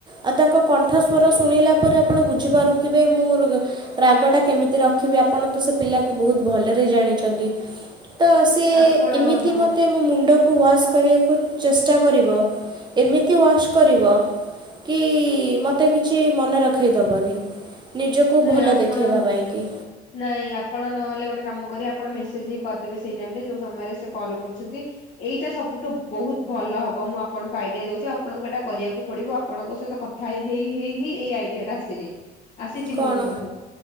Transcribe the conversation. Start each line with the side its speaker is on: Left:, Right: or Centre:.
Right: ଆଉ ତାଙ୍କ ମୋ କଣ୍ଠସ୍ୱର ଶୁଣିଲା ପରେ ଆପଣ ବୁଝିପାରୁଥିବେ ମୁଁ ରାଗ ଟା କେମିତି ରଖିବି ଆପଣ ତ ସେ ପିଲାକୁ ବହୁତ ଭଲରେ ଜାଣିଚନ୍ତି। ତ ସିଏ
Left: ଆପଣ
Right: ଏମିତି
Left: ହଁ
Right: ମୋତେ ମୋ ମୁଣ୍ଡ କୁ ୱାଶ୍ କରିବାକୁ ଚେଷ୍ଟା କରିବ ଏମିତି ୱାଶ୍ କରିବ। କି ମତେ କିଛି ମନ ରଖେଇଦବନି ନି ଖୁବ୍
Left: ନାଇଁ
Right: ଭଲ
Left: ଆପଣ
Right: ଦେଖେଇବା ପାଇଁକି।
Left: ନାଇଁ ଆପଣ ନହେଲେ ଗୋଟେ କାମ କରିବେ ଆପଣ ମେସେଜ ହିଁ କରିଦେବେ ସେଇ ଟାଇମ ରେ ଯୋଉ ସମୟରେ ସେ କଲ୍ କରୁଛନ୍ତି। ଏଇଟା ସବୁଠୁ ବହୁତ ଭଲ ହବ ମୁଁ ଆପଣଙ୍କୁ ଆଇଡିଆ ଦଉଛି ଆପଣଙ୍କୁ ଏଇଟା କରିବାକୁ ପଡିବ ଆପଣଙ୍କ ସହିତ କଥା କଥା ହେଇ ହେଇ ହେଇ ହିଁ ଏଇ ଆଇଡିଆ ଟା ଆସିଲି ଆସିଛି
Right: କ'ଣ
Left: ମୋ ମୁଣ୍ଡକୁ